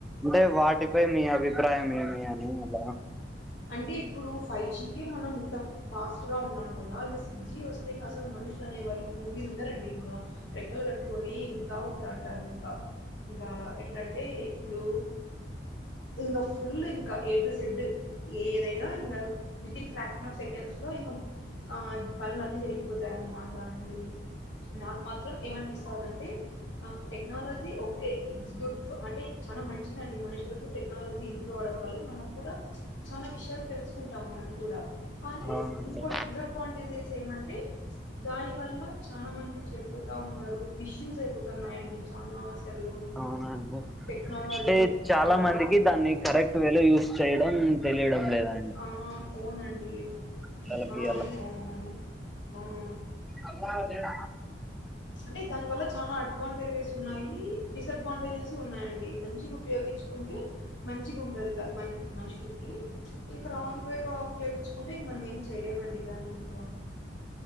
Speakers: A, in the centre; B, on the left (about 80°).
A: అంటే వాటిపై మీ అభిప్రాయం ఏమి అని అలా
B: అంటే ఇప్పుడు ఫైవ్ జీకే మనం ఇంత ఫాస్ట్గా ఉన్నాం కదా ఇంగ సిక్స్ జీ వస్తే ఇంక అసలు మనుషు అనే వాళ్ళు భూమి మీద ఉండరండి ఇంగ రెక్కలు కట్టుకొని ఎగురుతా ఉంటాంటారు ఇంకా ఇంకా ఎట్లా అంటే ఇప్పుడు ఇంకా ఫుల్ ఇంకా ఏ టు జెడ్ ఏదైనా ఇంకా వితిన్ ఫ్రాక్షన్ ఆఫ్ సెకండ్స్ లో ఇంకా ఆ పనులున్నీ జరిగిపోతాయన్నమాట అండి నాకు మాత్రం ఏమనిపిస్తందటే టెక్నాలజీ ఓకే ఇట్స్ గుడ్ అంటే చాలా మంచిదండి మనుషులకు టెక్నాలజీ ఇంప్రూవ్ అవ్వడం వల్ల మనం కూడా చాలా విషయాలు తెలుసుకుంటాం మనం కూడా కానీ
A: అవునండి
B: ఇంకోటి డిసడ్వాంటేజెస్ ఏమంటే దాని వల్ల చాలా మంది చెడిపోతా ఉన్నారు మిస్యూస్ అయిపోతున్నాయండి చానా అసలు
A: అవునండి
B: టెక్నాలజీ
A: అంటే చాలా
B: అది
A: మందికి దాన్ని కరెక్ట్ వేలో యూజ్ చేయడం తెలియడం లేదా
B: ఆ అవునండి
A: పిల్లలకి
B: అవునవును అవును
A: అల్లాదేడ
B: అంటే దాని వల్ల చాలా అడ్వాంటేజెస్ ఉన్నాయి డిసడ్వాంటేజెస్ ఉన్నాయండి మంచిగా ఉపయోగించుకుంటే మంచిగా ఉంటంది ఇలా మ మనుషులకి ఇంకా రాంగ్ వేగా ఉపయోగించుకుంటే ఇంక మనం ఏం చేయలేమండి దాన్ని ఇంకా